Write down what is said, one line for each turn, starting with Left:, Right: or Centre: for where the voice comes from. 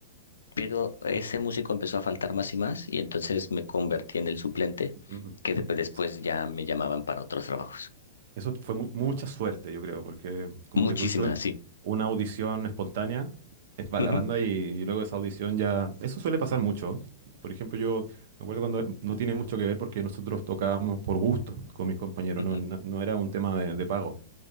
Left: Pero ese músico empezó a faltar más y más y entonces me convertí en el suplente,
Right: Ujú,
Left: que de- después
Right: sí.
Left: ya me llamaban para otros trabajos.
Right: Eso fue mu- mucha suerte, yo creo, porque como
Left: Muchísimas,
Right: que tuviste
Left: sí.
Right: una audición espontánea eh, para
Left: Ujú,
Right: la banda y, y luego esa audición ya... Eso suele pasar mucho. Por ejemplo, yo me acuerdo cuando no tiene mucho que ver porque nosotros tocábamos por gusto con mis compañeros,
Left: ujú.
Right: no, no, no era un tema de de pago.